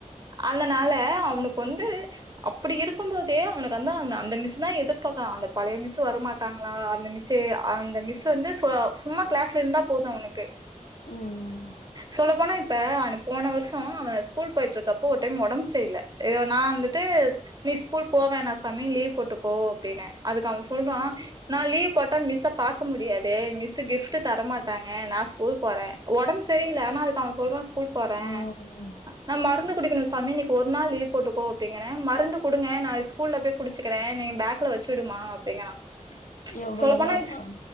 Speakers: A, on the right (about 30°); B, on the left (about 85°).
A: அதனால அவனுக்கு வந்து அப்புடி இருக்கும் போதே அவனுக்கு வந்து அந்த அந்த மிஸ் தா எதிர்பாக்குறா அந்த பழைய மிஸ் வரமாட்டாங்ளா அந்த மிஸ்ஸு அந்த மிஸ் வந்து சும்மா க்ளாஸ்லந்தா போது அவனுக்கு
B: ம்
A: சொல்ல போனா இப்ப அவனுக் போன வருஷோ அவ ஸ்கூல் போயிட்ருக்கப்போ ஒரு டைம் ஒடம் சரியில யோ நா வந்துட்டு நீ ஸ்கூல் போவேணா சாமி லீவ் போட்டுக்கோ அப்டின்னே அதுக்கு அவ சொல்றா நா லீவ் போட்டா மிஸ்ஸ பாக்க முடியாதே மிஸ்ஸு கிஃப்ட் தரமாட்டாங்க நா ஸ்கூல் போறே ஒடம் சரியில்ல ஆனா அதுக்கு அவ சொல்றா ஸ்கூல் போறே
B: ம் ம்
A: நா மருந்து குடிக்கணு சாமி இன்னைக்கு ஒரு நாள் லீவ் போட்டுக்கோ அப்புடிங்கிறே மருந்து குடுங்க நா ஸ்கூல்ல போய் குடுச்சக்கிறே நீ பேக்ல வச்சு விடுமா அப்புடிங்கிறா
B: எவ்வளதா
A: சொல்ல போனா
B: ஆ